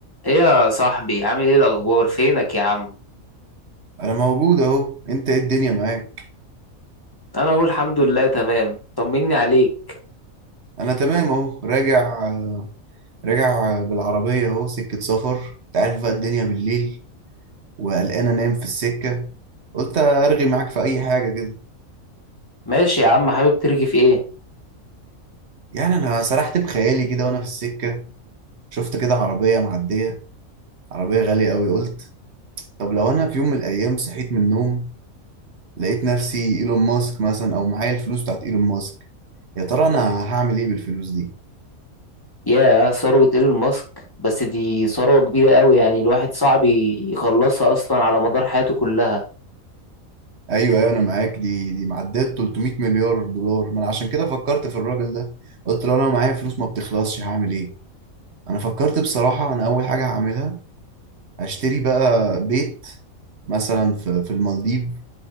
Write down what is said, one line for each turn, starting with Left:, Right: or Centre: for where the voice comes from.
Left: ايه يا صاحبي عامل ايه الاخبار فينك يا عم
Right: انا موجود اهو انت ايه الدنيا معاك
Left: انا اهو الحمد لله تمام طمني عليك
Right: انا تمام اهو راجع راجع بالعربيه اهو سكه سفر انت عارف بقى الدنيا بالليل وقلقان انام في السكه قلت ارغي معاك في اي حاجه كده
Left: ماشي يا عم حابب ترغي في ايه
Right: يعني انا سرحت بخيالي كده وانا في السكه شفت كده عربيه معديه عربيه غاليه قوي قلت طب لو انا في يوم من الايام صحيت من النوم لقيت نفسي ايلون ماسك مثلا او معايا الفلوس بتاعت ايلون ماسك يا ترى انا هعمل ايه بالفلوس دي
Left: يا ثروة ايلون ماسك بس دي ثروة كبيرة قوي يعني الواحد صعب يخلصها اصلا على مدار حياته كلها
Right: ايوه ايوه انا معاك دي دي معدات 300 مليار دولار ما انا عشان كده فكرت في الراجل ده قلت له انا معايا فلوس ما بتخلصش هعمل ايه انا فكرت بصراحه انا اول حاجه هعملها هشتري بقى بيت مثلا في في المالديف